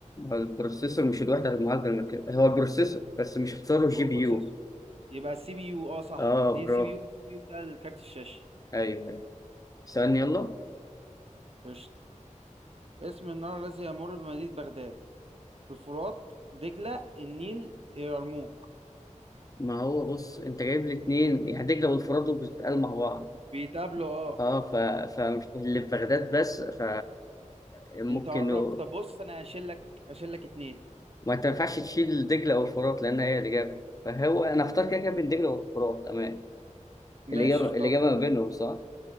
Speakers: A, on the left; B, on the right.
A: هو البروسيسور مش الوحدة في المعالجة المركزية هو البروسيسور بس مش اختاره جي
B: هو
A: بي
B: بروسيسور
A: يو
B: يبقى السي بي يو اه صح
A: اه
B: دي
A: برافو
B: سي بي يو السي بي يو ده الكارت الشاشة
A: ايوه ايوه سألني يلا
B: قشط اسم النهر الذي يمر بمدينة بغداد الفرات دجلة النيل يرموك
A: ما هو بص انت جايب لي اتنين يعني دجلة والفرات دول بتتقال مع بعض
B: بيتقابلوا اه
A: اه ف... فاللي في بغداد بس ف ممكن
B: انت قربت
A: نقول-
B: طب بص انا هشيل لك هشيل لك اتنين
A: ما انت ما ينفعش تشيل دجلة او الفرات لان هي الاجابة فهو انا اختار كده كده بين دجلة والفرات امان
B: ماشي
A: الاجابة
B: اختار
A: الاجابة
B: لك
A: ما بينهم صح